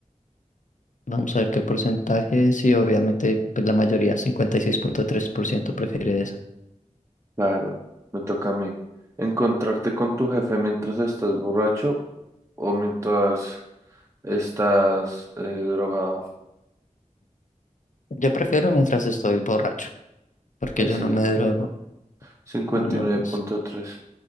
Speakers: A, on the left; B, on the right.
A: Vamos a ver qué porcentaje. Sí, obviamente, pues la mayoría, cincuenta y seis punto tres por ciento prefiere eso.
B: Claro, me toca a mí. ¿Encontrarte con tu jefe mientras estás borracho o mientras estás eh, drogado.
A: Yo prefiero mientras estoy borracho, porque
B: Ay,
A: yo
B: sí,
A: no me
B: no,
A: drogo.
B: no, no. cincuenta
A: No, no,
B: y nueve
A: no.
B: punto
A: sé,
B: tres,